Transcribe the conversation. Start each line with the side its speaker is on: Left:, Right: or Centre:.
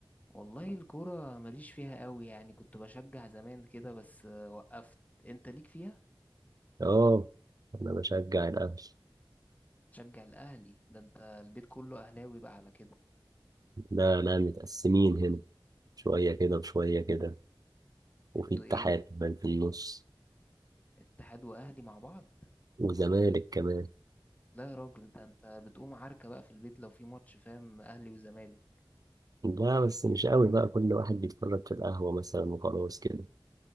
Left: والله الكورة ماليش فيها قوي يعني كنت بشجع زمان كده بس آه، وقفت انت ليك فيها
Right: اه انا بشجع الاهلي
Left: تشجع الأهلي ده انت البيت كله أهلاوي بقى على كده
Right: لا لا متقسمين هنا شوية كده وشوية كده وفي
Left: انتوا
Right: اتحاد
Left: ايه
Right: كمان في النص
Left: اتحاد وأهلي مع بعض
Right: وزمالك كمان
Left: لا يا راجل ده انت بتقوم عركة بقى في البيت لو في ماتش فاهم أهلي وزمالك
Right: لا بس مش قوي بقى كل واحد بيتفرج في القهوة مثلا وخلاص كده